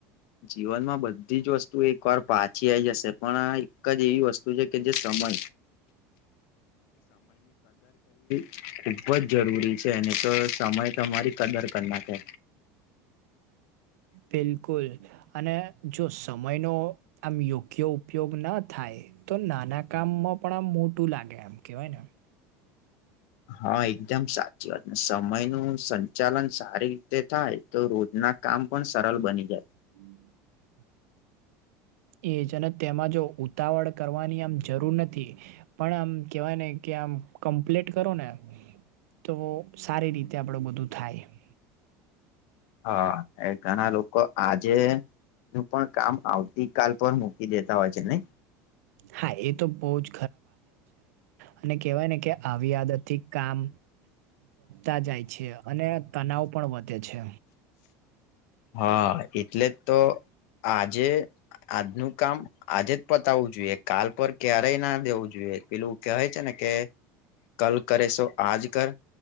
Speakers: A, on the left; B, on the right.
A: જીવનમાં બધી જ વસ્તુ ુ એક વાર પાછી આઈ જશે પણ આ એક જ એવી વસ્તુ છે કે જે સમય <inaudible> ખુબ જ જરૂરી છે ને તો સમય તમારી કદર કરી નાખે
B: બિલકુલ અને જો સમયનો આમ યોગ્ય ઉપયોગ ના થાય તો નાના કામ માં <inaudible>
A: હા એકદમ સાચી વાત ને સમય નું સંચાલન સારી રીતે થાય. તો રોજના કામ પણ સરળ બની જાય.
B: <inaudible> એ જ અને તેમાં જો ઉતાવળ કરવાની આમ જરૂર નથી. પણ આમ કેવાય ને કે આમ કમ્પ્લીટ કરો ને તો સારી રીતે આપણું બધું થાય
A: હા એ ઘણા લોકો આજે નું પણ કામ આવતી કાલ પર મૂકી દેતા હોય છે ને
B: હા એ તો બહુ જ અને કેહેવાય ને કે આવી આદત થી કામ તા જાય છે અને તનાવ પણ વધે છે
A: હા એટલે જ તો આજે આજનું કામ આજે જ પતાવવું જોઈએ કાલ પર ક્યારેય ના દેવું જોઈએ પેલું કહેવાય છે ને કે કલ કર એ સો આજ કર